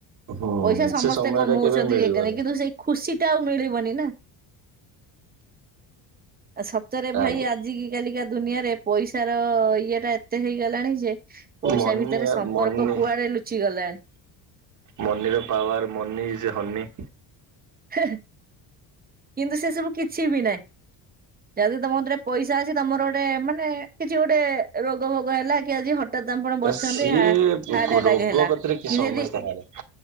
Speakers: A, on the right; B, on the right.
A: ହୁଁ
B: ପଇସା ସମସ୍ତେ
A: ସେ ସମୟ
B: କମଉଛନ୍ତି
A: ଟା କେବେ ମିଳିବନି
B: କିନ୍ତୁ ସେ ଖୁସି ଟା ଆଉ ମିଳିବନି ନା। ଆ ସତରେ ଭାଇ
A: ଆଜ୍ଞା
B: ଆଜ କାଲିକା ଦୁନିଆରେ ପଇସାର ଇଏ ଟା ଏତେ ହେଇଗଲାଣି ଯେ ପଇସା
A: ମନି
B: ଭିତରେ ସମ୍ପର୍କ
A: ମନି
B: କୁଆଡେ ଲୁଚିଗଲାଣି।
A: ମନିର ପାୱାର ମନି ଇଜ ହନି।
B: <unintelligible> କିନ୍ତୁ ସେ ସବୁ କିଛି ବି ନାଇଁ। ଯଦି ତମ କତିରେ ପଇସା ଅଛି ତମର ଗୋଟେ ମାନେ କିଛି ଗୋଟେ ରୋଗ ଭୋଗ ହେଲା କି ଆଜି ହ ଠାତ୍ ଆପଣ ବସିଚନ୍ତି
A: ସିଏ
B: ହା ହାର୍ଟଆଟାକ
A: ରୋଗ
B: ହେଲା
A: କତିରେ
B: କି
A: ସମସ୍ତେ
B: ଯଦି
A: ହାରେ